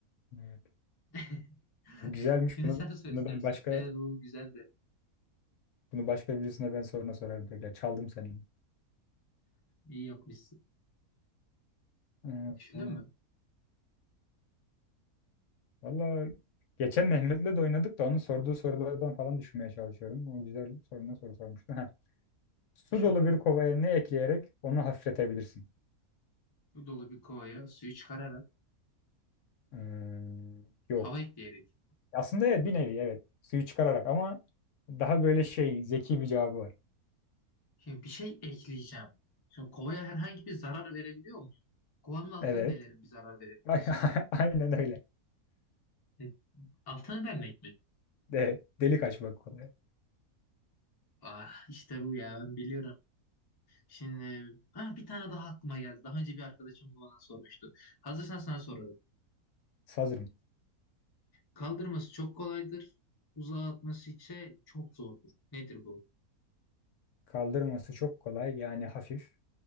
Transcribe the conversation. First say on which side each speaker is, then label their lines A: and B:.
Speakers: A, on the left; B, on the left.
A: Evet.
B: <laughs> <laughs>
A: Bu güzelmiş.
B: Şimdi
A: Bunu
B: sen sor
A: bunu
B: istersen.
A: ben başka
B: Evet bu güzel de
A: bunu başka birisine ben sonra sorarım tekrar. Çaldım senin.
B: iyi yapmışsın.
A: Ee,
B: Düşündün
A: e,
B: mü?
A: Valla geçen Mehmet'le de oynadık da onun sorduğu sorulardan falan düşünmeye çalışıyorum. O güzel soruna soru sormuştu. Heh. Su
B: Düşün
A: dolu
B: bakalım.
A: bir kovaya ne ekleyerek onu hafifletebilirsin?
B: Su dolu bir kovaya suyu çıkararak
A: Ee, yok.
B: hava ekleyerek.
A: Aslında evet bir nevi evet. Suyu çıkararak ama daha böyle şey zeki bir cevabı var.
B: Şimdi bir şey ekleyeceğim. Şimdi kovaya herhangi bir zarar verebiliyor muyum? Kovanın altını
A: Evet.
B: delerim bir zarar verebiliyorsam.
A: <laughs> Aynen öyle.
B: E, Altını delmek mi?
A: De, delik açmak kolay.
B: Ah işte bu ya ben biliyorum. Şimdi ah, bir tane daha aklıma geldi. Daha önce bir arkadaşım bunu bana sormuştu. Hazırsan sana sorarım.
A: Sazırım.
B: Kaldırması çok kolaydır. Uzağa atması ise çok zordur. Nedir bu?
A: Kaldırması çok kolay yani hafif.